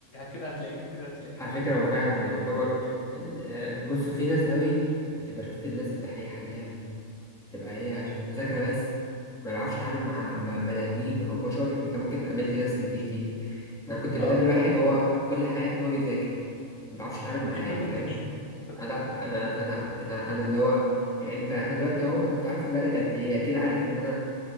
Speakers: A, on the left (about 75°); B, in the centre.
A: كده هتلاقيني وكده هتلاقيني
B: على فكرة هو فعلا يعتبر ال- آه، بص في ناس قوي بتبقى شفت الناس الدحيحة اللي هي بتبقى هي ش- مذاكرة بس ما بيعرفش
A: امم
B: تعامل مع مع بني ادمين او بشر انت ممكن قابلت ناس من دي كتير انا كنت بقابل
A: اه
B: واحد هو كل حياته ان هو بيذاكر ما بيعرفش يتعامل معايا
A: انت كنت
B: فاهم
A: مين انت كنت
B: آه، لا
A: مين فيهم
B: انا
A: طيب
B: انا انا انا اللي هو يعني انت احنا دلوقتي اهو انت عرفت بقالك قد ايه اكيد عارف ان انا